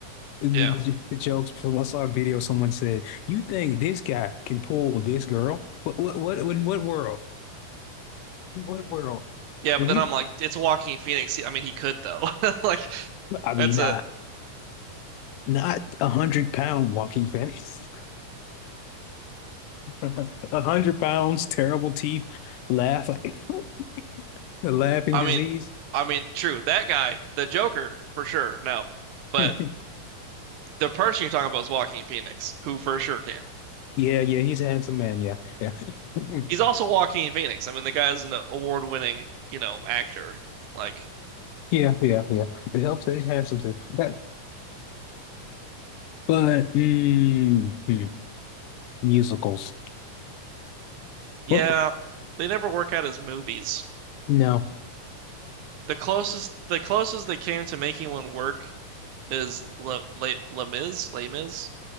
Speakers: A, on the left; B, on the right.
A: And
B: Yeah.
A: The, the, the jokes. so I saw a video. Someone said, "You think this guy can pull this girl? What what what in what world? In what world?"
B: Yeah,
A: And
B: but then
A: he,
B: I'm like, it's Joaquin Phoenix. He- I mean, he could though. <laughs> Like,
A: I mean,
B: that's
A: not
B: a
A: not a hundred pound walking fence. <laughs> A hundred pounds, terrible teeth, laugh like <laughs> a laughing
B: I
A: disease.
B: mean, I mean, true. That guy, the Joker, for sure. No, but
A: <laughs>
B: the person you're talking about is Joaquin Phoenix, who for sure can.
A: Yeah, yeah, he's a handsome man. Yeah, yeah, <laughs>
B: He's also Joaquin Phoenix. I mean, the guy's an award-winning, you know, actor. Like,
A: yeah, yeah, yeah. It helps that he's handsome too. <laughs> But mm, hmm, musicals.
B: yeah,
A: Well,
B: they never work out his movies.
A: no.
B: The closest, the closest they came to making one work is Le, Le, Les Mis, Les Mis.